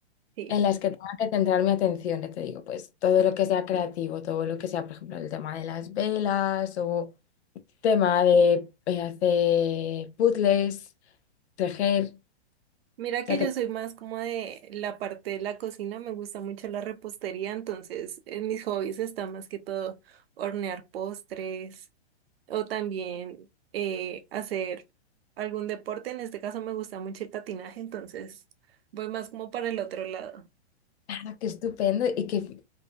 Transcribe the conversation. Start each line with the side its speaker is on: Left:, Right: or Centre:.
Right: Sí.
Left: en las que tenga que centrar mi atención, ya te digo, pues todo lo que sea creativo, todo lo que sea, por ejemplo, el tema de las velas o tema de eh, hacer puzzles tejer. O
Right: Mira
Left: sea,
Right: que
Left: que,
Right: yo soy más como de la parte de la cocina, me gusta mucho la repostería, entonces en mis hobbies está más que todo hornear postres o también eh, hacer algún deporte, en este caso me gusta mucho el patinaje, entonces voy más como para el otro lado.
Left: <laughs> ah, qué estupendo. ¿Y qué,